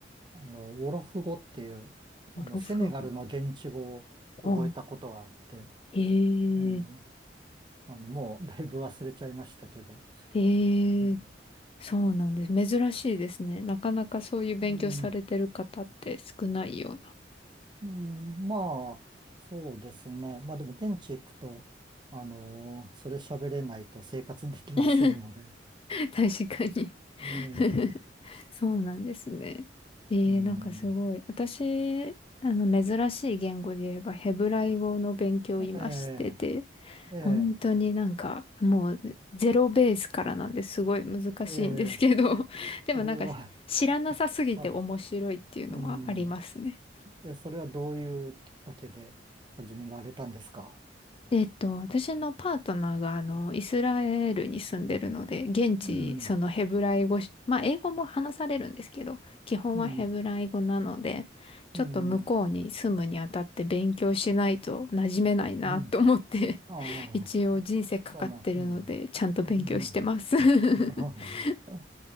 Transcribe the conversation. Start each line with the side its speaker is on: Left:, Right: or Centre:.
Right: あの、ウォロフ語っていう、あの、
Left: オドフ語。
Right: セネガルの現地語を覚えたことがあって、
Left: おう。
Right: え
Left: へ
Right: え、
Left: え、
Right: あの、もうだいぶ忘れちゃいましたけど、
Left: へえ、
Right: ええ
Left: そうなんです。珍しいですね。なかなかそういう勉強されてる方って少ないような。
Right: うんうん、まあ、そうですね。まあでも現地行くと、あのーそれ喋れないと生活できませんので。
Left: <laughs> 確かに。
Right: ええ、
Left: <laughs> そうなんですね。えー、
Right: <laughs> うん。
Left: なんかすごい。私、あの、珍しい言語で言えば、ヘブライ語の勉強を今してて、
Right: ええ、ええ、
Left: 本当になんか、もう、ゼロベースからなんですごい難しいんですけど、
Right: ええ、
Left: <laughs> でもなんか、
Right: それは、
Left: 知らなさすぎて面白いっていうのはありますね。
Right: <laughs> まあ、うん。え、それはどういうきっかけで始められたんですか
Left: で、えっと、私のパートナーが、あの、イスラエルに住んでるので、現地、
Right: うん、
Left: そのヘブライ語し、まあ、英語も話されるんですけど、基本はヘブライ語なので、
Right: うん、
Left: ちょっと向こうに住むにあたって勉強しないと馴染めないなと思って、
Right: うん、うん。あ
Left: <laughs> 一応人生かかってるので、
Right: あ、そうなん、うん、
Left: ちゃんと勉強してます。
Right: うん、うん。
Left: <laughs>
Right: ああ、